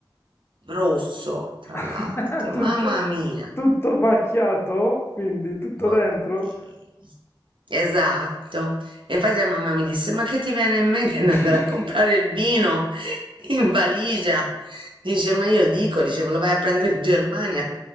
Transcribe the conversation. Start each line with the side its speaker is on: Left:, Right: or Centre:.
Right: rosso tra
Left: <laughs>
Right: l'altro,
Left: tutto,
Right: mamma mia.
Left: tutto macchiato? Quindi tutto
Right: Oddio.
Left: dentro?
Right: Esatto. E infatti la mamma mi disse: Ma che ti viene in mente di
Left: <laughs>
Right: andare a comprare il vino <laughs> in valigia? Dice: Ma io dico, dice, me lo vai a prendere in Germania,